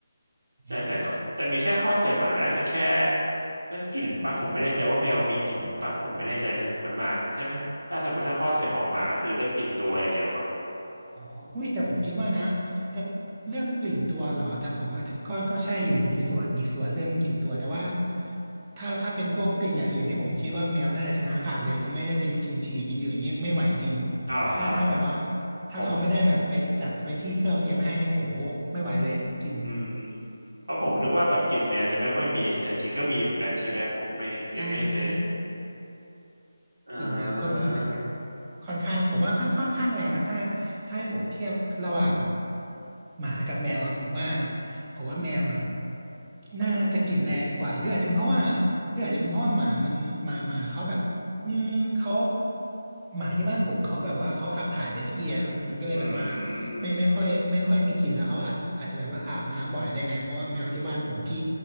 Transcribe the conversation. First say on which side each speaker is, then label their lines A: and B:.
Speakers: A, on the right (about 75°); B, on the right (about 20°).
A: ใช่แต่ข้อแต่มีแค่ข้อเสียหมาก็น่าจะแค่
B: อืม
A: เรื่องกลิ่นปะผมไม่แน่ใจว่าแมวมีกลิ่นปะผมไม่แน่ใจนะเหมือนหมาใช่ไหมถ้าสมมติถ้าข้อเสียของหมาก็คือเรื่องกลิ่นตัวอย่างเดียวปะครับ
B: อ๋อหุ้ยแต่ผมคิดว่านะแต่เรื่องกลิ่นตัวเหรอแต่ผมว่าก็ก็ใช่อยู่มีส่วนมีส่วนเรื่องกลิ่นตัวแต่ว่าถ้าถ้าเป็นพวกกลิ่นอย่างอื่นเนี่ยผมคิดว่าแมวน่าจะชนะขาดเลยจะไม่ได้เป็นกลิ่นฉี่กลิ่นอื่นเนี่ยไม่ไหวจริง
A: อ้าวเหรอครับ
B: ถ้าถ้าแบบว่าถ้าเขาไม่ได้แบบไปจัดไว้ที่ที่เราเตรียมไว้ให้เนี่ยโอ้โห
A: ผม
B: ไม่ไหวเลยกลิ่น
A: อืมเพราะผมนึกว่าแบบกลิ่นแมวจะไม่ค่อยมีแต่จริงก็มีเหมือนกันใช่ไหมผมไม่ไม่ไม่เคย
B: ใช่ใช่
A: เอ
B: กลิ่นแมวก็มีเหมือนกัน
A: อ
B: ค่อนข้างผมว่าค่อนค่อนข้างแรงนะถ้าถ้าให้ผมเทียบระหว่างหมากับแมวอ่ะผมว่าผมว่าแมวอ่ะน่าจะกลิ่นแรงกว่าหรืออาจจะเป็นเพราะว่าหรืออาจจะเป็นเพราะว่าหมามันหมาหมาเขาแบบอืมเขาหมาที่บ้านผมเขาแบบว่าเขาขับถ่ายเป็นที่อะครับมันก็เลยแบบว่า
A: อืม
B: ไม่ไม่ค่อยไม่ค่อยมีกลิ่นแล้วเขาอาจอาจจะแบบว่าอาบน้ำบ่อยได้ไงเพราะว่าแมวที่บ้านผมที่